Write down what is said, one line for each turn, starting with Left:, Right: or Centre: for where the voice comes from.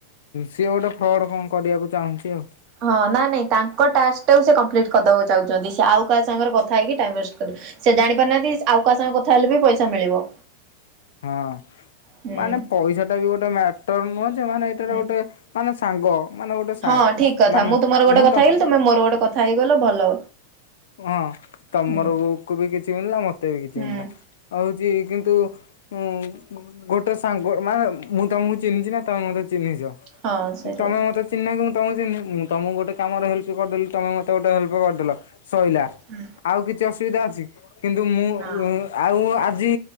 Left: ସିଏ ଗୋଟେ ଫ୍ରଡ୍ କଣ କରିବାକୁ ଚାହୁଁଚି ଆଉ।
Right: ହଁ ନା ନାଇଁ ତାଙ୍କ ଟାସ୍କ ଟାକୁ ସେ କମ୍ପ୍ଲିଟ୍ କରିଦବାକୁ ଚାହୁଁଚନ୍ତି ସେ ଆଉ କାହା ସାଙ୍ଗରେ କଥା ହେଇକି ଟାଇମ୍ ୱେଷ୍ଟେ କରି ସେ ଜାଣି ପାରୁନାହାନ୍ତି ଆଉ କାହା ସାଙ୍ଗେ କଥା ହେଲେ ବି ପଇସା ମିଳିବ।
Left: ହଁ
Right: ହୁଁ।
Left: ମାନେ ପଇସା ଟା ବି ଗୋଟେ ମ୍ୟାଟର ନୁହଁ ଯେ ମାନେ ଏଇଟାରେ
Right: ହୁଁ
Left: ଗୋଟେ ମାନେ ସାଙ୍ଗ। ମାନେ ଗୋଟେ ସା
Right: ହଁ ଠିକ କଥା
Left: ମାନେ
Right: ମୁଁ ତୁମର ଗୋଟେ କଥା
Left: ତ
Right: ହେଇଗଲିି ତୁମେ ମୋର ଗୋଟେ କଥା ହେଇଗଲ ଭଲ।
Left: ହଁ ତମର
Right: ହୁଁ
Left: କୁ ବି କିଛି ମିଳିଲା ମତେ ବି କିଛି
Right: ହୁଁ
Left: ମିଳିଲା। ଆଉ ହୋଉଚି କିନ୍ତୁ ଉଁ ଗୋଟେ ସାଙ୍ଗ ମାନେ ମୁଁ ତମକୁ ଚିହ୍ନିଚି ନା ତମେ ମତେ ଚି ଚିହ୍ନିଚ
Right: ହଁ ସେଇଟା।
Left: ତମେ ମତେ ଚିହ୍ନିନ କି ମୁଁ ତମକୁ ଚିହ୍ନିନି ମୁଁ ତମକୁ ଗୋଟେ କାମରେ ହେଲ୍ପ କରିଦେଲି ତମେ ମତେ ଗୋଟେ ହେଲ୍ପ କରିଦେଲ ସଇଲା
Right: ହୁଁ
Left: ଆଉ କିଛି ଅସୁବିଧା ଅଛି କି? କିନ୍ତୁ ମୁଁ
Right: ନା।
Left: ଆଉ ଆଜି